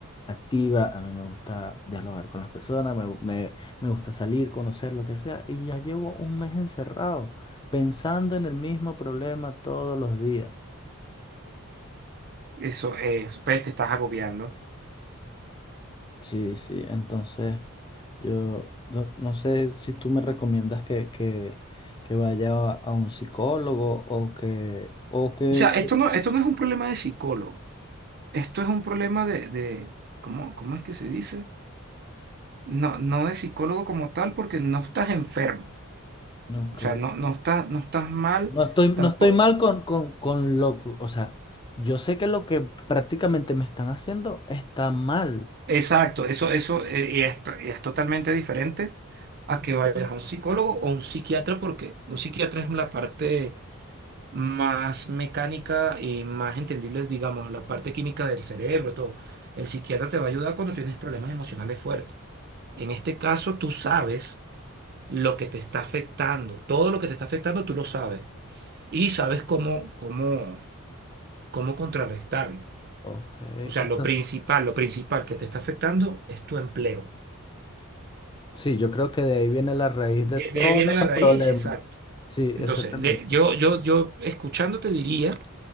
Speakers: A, on the left (about 20°); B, on the right (about 45°).
A: activa, a mí me gusta dialogar con las personas, me, me- me gusta salir, conocer lo que sea, y ya llevo un mes encerrado, pensando en el mismo problema todos los días.
B: Eso es, ves, te estás agobiando.
A: Sí, sí, entonces yo no, no sé si tú me recomiendas que, que, que vaya a, a un psicólogo o que, o que,
B: O sea, esto
A: que-
B: no, esto no es un problema de psicólogo, esto es un problema de, de ¿cómo, cómo es que se dice? No, no de psicólogo como tal, porque no estás enfermo,
A: no,
B: o
A: que-
B: sea, no, no estás, no estás mal
A: no estoy,
B: tampoco.
A: no estoy mal con, con, con lo, o sea, yo sé que lo que prácticamente me están haciendo está mal.
B: Exacto, eso, eso eh, y es, to- y es totalmente diferente a que vayas a un psicólogo o un psiquiatra, porque un psiquiatra es la parte más mecánica y más entendible, digamos, la parte química del cerebro, todo. El psiquiatra te va a ayudar cuando tienes problemas emocionales fuertes. En este caso, tú sabes lo que te está afectando, todo lo que te está afectando, tú lo sabes y sabes cómo, cómo cómo contrarrestarlo.
A: Ok,
B: O sea,
A: entonces,
B: lo principal, lo principal que te está afectando es tu empleo.
A: sí, yo creo que de ahí viene la raíz
B: De,
A: de todos
B: de ahí viene la
A: los
B: raíz,
A: problemas.
B: exacto.
A: Sí,
B: Entonces,
A: exactamente.
B: de- yo, yo, yo escuchándote diría